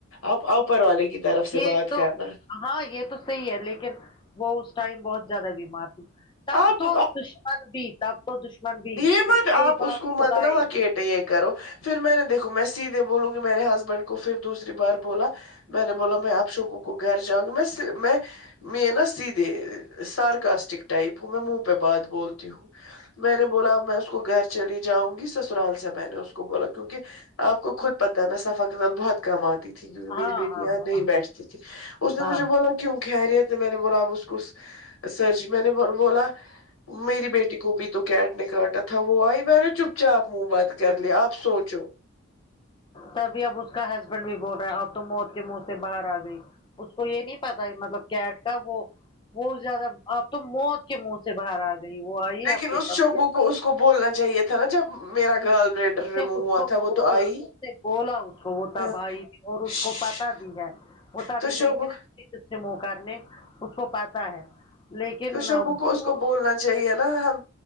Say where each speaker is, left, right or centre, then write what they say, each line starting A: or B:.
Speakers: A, on the left; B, on the left.
A: آپ اوپر والے کی طرف سے
B: یے
A: بات
B: تو
A: کرنا
B: ہاں یے تو صحیح ہے لیکن وہ اس ٹائم بہت زیادہ بیمار تھی تب
A: آپ
B: تو دشمن بھی تب تو دشمن بھی
A: یے مت آپ
B: یہ بات
A: اس کو مت
B: بلائیں
A: نا وکیٹ
B: گے
A: یے کرو فیر میں نے دیکھو میں سیدھے بولوں گی میرے ہسبینڈ کو پھر دوسری بار بولا میں نے بولا میں آپ شبو کو گھر جاؤں گی میں میں میں نا سیدھے سارکاسٹک ٹائپ ہوں میں منہ پے بات بولتی ہوں میں نے بولا اب میں اس کو گھر چلی جاوگی سسرال سے میں نے اس کو بولا کیونکہ آپ کو خود پتا ہے میں سفا کے نال بہت کم آتی تھی کیونکی
B: ہاں
A: میری بیٹی
B: ہاں
A: یہاں
B: ہاں
A: نہیں بیٹھتی تھی اس نے
B: ہاں
A: مجھے بولا کیوں خیریت ہے میں نے بولا اب اس کو سر جی میں نے بولا میری بیٹی کو بھی تو کیٹ نے کاٹا تھا وہ آئی میں نے چپ چاپ منہ بند کر لیا آپ سوچو
B: تبھی اب اس کا ہسبینڈ بھی بول رہا ہے اب تو موت کے منہ سے باہر آ گئی اس کو یے نہیں پتا مطلب کیٹ کا وہ بہت زیادہ اب تم موت کے منہ سے باہر آ گ گیی وہ آئی
A: لیکن
B: ہے آپ کے
A: اس
B: پاس
A: شوگو کو اس کو بولنا چاہیے تھا نا جب میرا گال بلیڈر
B: اس
A: ریمو
B: نے اس
A: ہوا
B: کو
A: تھا وہ
B: بولا
A: تو آئی
B: اس نے بولا اس کو وہ ٹب
A: ہاں
B: ائی تھی اور اس
A: شش،
B: کو پتا بھی ہے وہ ٹب
A: تو
B: بی گئی
A: شبو
B: تھی نا سے منہ کرنے اس کو پتا ہے لیکن
A: تو شبو
B: وہ
A: کو اس کو بولنا چاہیے نا ہم